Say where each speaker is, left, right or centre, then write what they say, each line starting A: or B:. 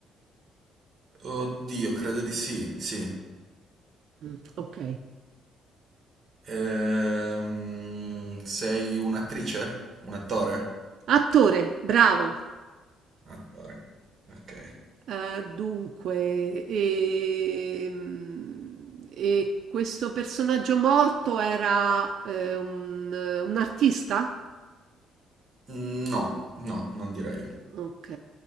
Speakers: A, on the right; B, on the right.
A: Oddio, credo di sì, sì.
B: Mm, Ok.
A: Ehm, sei un'attrice? Un attore?
B: Attore, bravo.
A: Attore. Ok.
B: Eh, dunque, ehm, e, questo personaggio morto era eh, un, un artista?
A: Mm, No, no, non direi.
B: Ok,